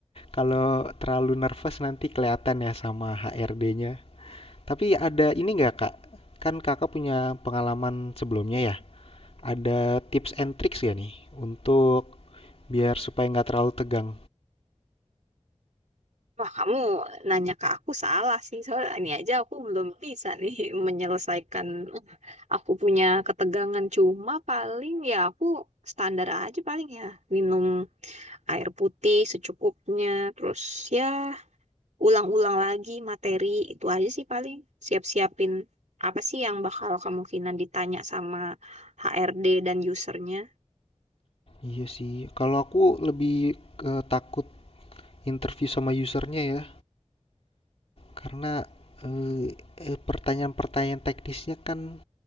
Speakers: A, on the left (about 60°); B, on the right (about 85°).
A: kalau terlalu nervous nanti kelihatan ya sama HRD-nya. Tapi ada ini nggak kak? Kan kakak punya pengalaman sebelumnya ya. Ada tips and tricks ya nih untuk biar supaya nggak terlalu tegang?
B: Wah, kamu nanya ke aku salah sih. Soalnya ini aja aku belum bisa nih <laughs> menyelesaikan aku punya ketegangan cuma paling ya aku standar aja paling ya minum air putih secukupnya terus ya ulang-ulang lagi materi itu aja sih paling siap-siapin apa sih yang bakal kemungkinan ditanya sama HRD dan usernya
A: Iya sih, kalau aku lebih ke takut interview sama usernya ya, karena eh, eh, pertanyaan-pertanyaan teknisnya kan